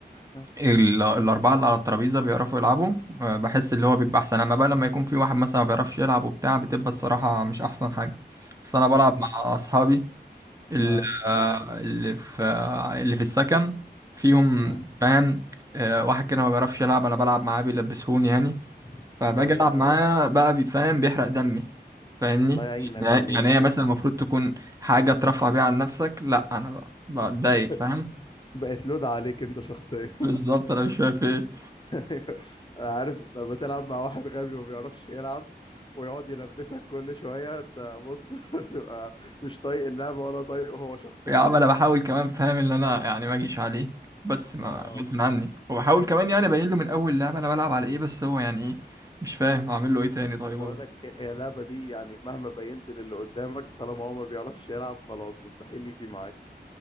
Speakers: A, on the left; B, on the right.
A: آه.
B: ال... الأربعة اللي على الترابيزة بيعرفوا يلعبوا آه، بحس اللي
A: بالظبط
B: هو بيبقى أحسن أما بقى لما يكون في واحد مثلا ما بيعرفش يلعب وبتاع بتبقى الصراحة مش أحسن حاجة بس أنا بلعب
A: اه
B: مع أصحابي ال-
A: اه بيع.
B: آه، اللي في آه، اللي في السكن فيهم
A: تمام
B: بان آه، واحد كده ما بيعرفش يلعب انا بلعب معاه بيلبسوني يعني
A: لا
B: فباجي
A: حول
B: العب
A: الله
B: معاه
A: يا رب
B: بقى بي- فاهم بيحرق دمي فاهمني
A: الله يعينك
B: يعني
A: والله
B: يعني هي
A: يا
B: مثلا
A: ابني
B: المفروض تكون حاجه ترفه بيها عن نفسك لا انا بقى بتضايق
A: <laughs>
B: فاهم
A: بقت لود عليك انت شخصيا
B: بالظبط انا مش فاهم في ايه
A: ايوه انا عارف لما تلعب مع واحد غبي وما بيعرفش يلعب ويقعد يلبسك كل شويه انت بص <laughs> تبقى مش طايق اللعبه ولا طايقه هو شخصيا
B: يا عم انا بحاول كمان فاهم ان انا يعني ما اجيش عليه بس ما
A: اه
B: غصب عني وبحاول كمان يعني
A: ب-
B: ابين له من اول لعبه انا بلعب على ايه بس هو يعني ايه مش فاهم اعمل له ايه تاني طيب
A: بقول لك هي اللعبه دي يعني مهما بينت للي قدامك طالما هو ما بيعرفش يلعب خلاص مستحيل يجي معاك